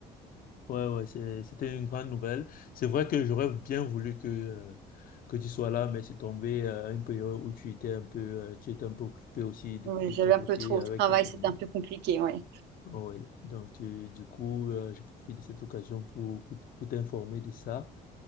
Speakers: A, on the left; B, on the right.
A: Ouais, ouais, c'est- c'était une grande nouvelle. C'est vrai que j'aurais bien voulu que, euh, que tu sois là, mais c'est tombé euh, à une période où tu étais un peu, euh, tu étais un peu occupé aussi de,
B: Ouais,
A: de
B: j'avais
A: ton
B: un
A: côté
B: peu trop
A: avec
B: au travail,
A: ta famille.
B: c'était un peu compliqué, ouais.
A: Oui, donc euh, du coup, euh, je profite de cette occasion pour, pour, pour t'informer de ça.